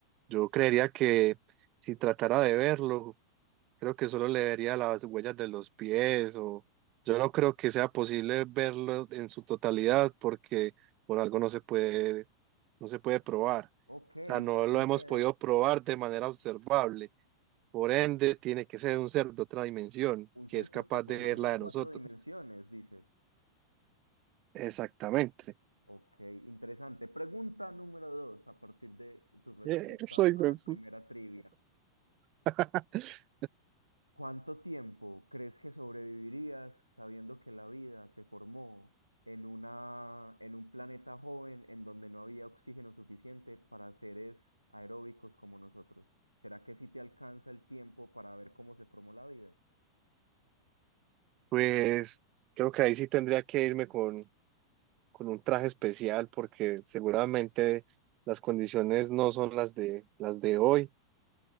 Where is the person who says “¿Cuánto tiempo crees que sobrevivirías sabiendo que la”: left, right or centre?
Right